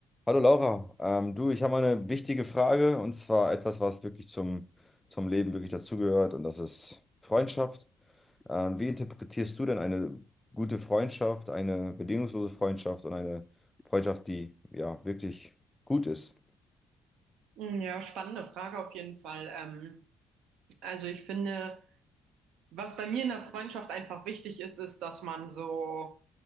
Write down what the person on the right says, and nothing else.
Mm, Ja, spannende Frage auf jeden Fall. Ähm, also ich finde, was bei mir in der Freundschaft einfach wichtig ist, ist, dass man so